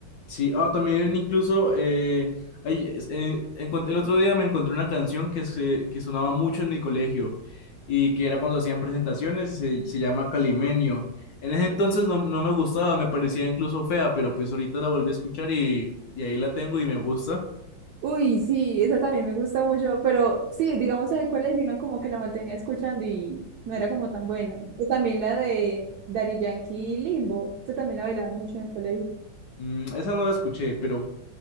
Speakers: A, on the left; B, on the right.
A: Sí, ah, también incluso eh, hay- es- eh, encont- el otro día me encontré una canción que, se, que sonaba mucho en mi colegio y que era cuando hacían presentaciones, se, se llama Calimenio. En ese entonces no, no me gustaba, me parecía incluso fea, pero pues ahorita la volví a escuchar y, y ahí la tengo y me gusta.
B: Uy, sí, esa también me gusta mucho, pero sí, digamos en el colegio uno como que la mantenía escuchando y no era como tan buena. O también la de Daddy Yankee y Limbo, esa también la bailaban mucho en el colegio.
A: Mm, esa no la escuché, pero